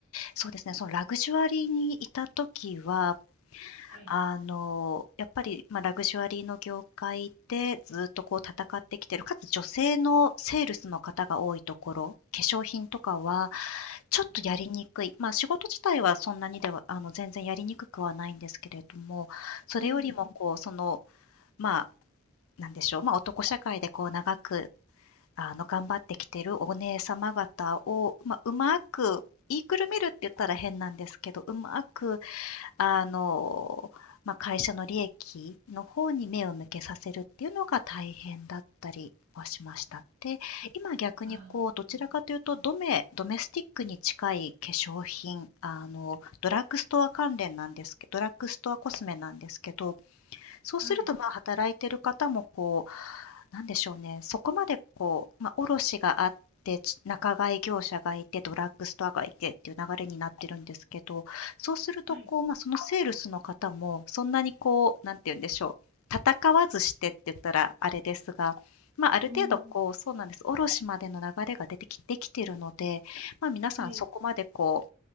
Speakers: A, on the left; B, on the right.
A: そうですね、
B: うん
A: そのラグジュアリーにいた時は、
B: はい。
A: あの、やっぱり、まあ、ラグジュアリーの業界でずっとこう戦ってきてる、かつ女性のセールスの方が多いところ、化粧品とかはちょっとやりにくい、
B: はい。
A: ま、あ仕事自体はそんなにではあの、全然やりにくくはないんですけれども、それよりもこう、
B: うん。
A: その、ま、あなんでしょう、ま、あ男社会でこう長く、あの、頑張ってきてるお姉様方を、まあ、うまく言いくるめるって言ったら変なんですけど、うまくあの、まあ、会社の利益の方に目を向けさせるっていうのが大変だったりはしました。で、今逆にこう、
B: あ
A: どちらかというと、ドメ、ドメスティックに近い化粧品、あの、ドラッグストア関連なんですけど、ドラッグストアコスメなんですけど、そうすると、
B: あ、はい。
A: まあ、働いてる方もこう、なんでしょうね、そこまでこう、まあ、卸があって、ち仲買業者がいて、ドラッグストアがいてっていう流れになってるんですけど、そうすると、
B: はい。
A: こう、まあ、そのセールスの方も、そんなにこう、なんて言うんでしょう、戦わずしてって言ったらあれですが、まあ、ある程度こう、
B: うん。
A: そうなんです、卸までの流れが出てき、できてるので、まあ、皆さんそこまでこ
B: はい。